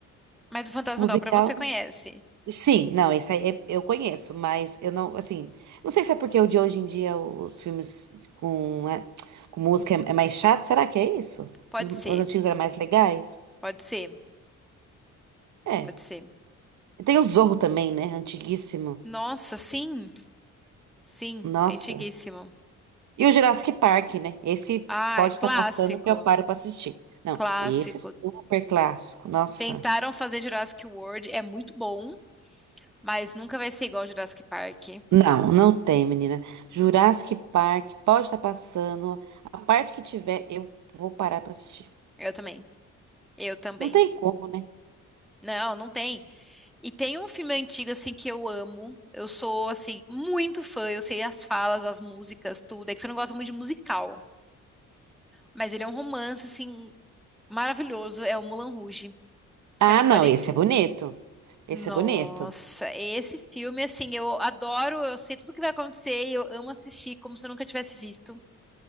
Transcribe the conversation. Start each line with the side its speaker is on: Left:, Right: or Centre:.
Centre: Mas o Fantasma
Right: Musical,
Centre: da Ópera você conhece.
Right: sim, não, esse aí é- eu conheço, mas eu não, assim, não sei se é porque o de hoje em dia os filmes com, é, com música é, é mais chato, será que é isso?
Centre: Pode
Right: Os, os
Centre: ser,
Right: antigos eram mais legais?
Centre: pode ser,
Right: É.
Centre: pode ser.
Right: E Tem o Zorro também, né? Antiguíssimo.
Centre: Nossa, sim, sim,
Right: Nossa.
Centre: é antiguíssimo.
Right: E o Jurassic Park, né? Esse
Centre: Ah,
Right: pode
Centre: é clássico,
Right: estar passando que eu paro pra assistir. Não,
Centre: clássico.
Right: esse é super clássico. Nossa.
Centre: Tentaram fazer Jurassic World, é muito bom, Mas nunca vai ser igual Jurassic Park.
Right: Não, não tem, menina. Jurassic Park pode estar passando. A parte que tiver, eu vou parar pra assistir.
Centre: Eu também. Eu também.
Right: Não tem como, né?
Centre: Não, não tem. E tem um filme antigo, assim, que eu amo. Eu sou, assim, muito fã. Eu sei as falas, as músicas, tudo. É que você não gosta muito de musical. Mas ele é um romance, assim, maravilhoso. É o Moulin Rouge,
Right: Ah,
Centre: com a Nicole
Right: não, esse
Centre: Kidman.
Right: é bonito. Esse
Centre: Nossa,
Right: é bonito.
Centre: esse filme, assim, eu adoro. Eu sei tudo o que vai acontecer e eu amo assistir como se eu nunca tivesse visto.